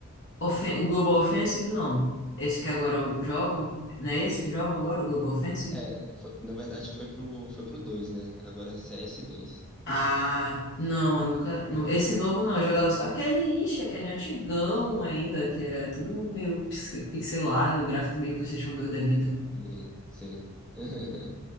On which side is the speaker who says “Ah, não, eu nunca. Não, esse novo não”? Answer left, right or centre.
Left